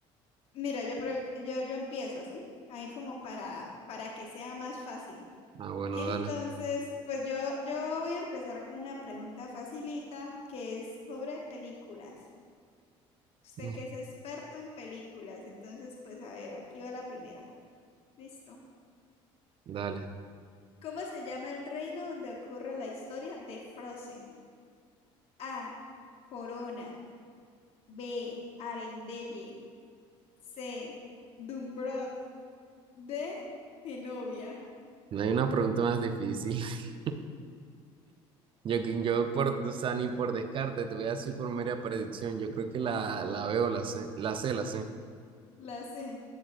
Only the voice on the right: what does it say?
Ah, bueno,
dale,
Mm,
dale.
No hay una pregunta más difícil. <laughs> Yo, que- yo por, o sea, ni por descarte, te voy a decir por mera predicción. Yo creo que la, la veo, la sé, la sé, la sé.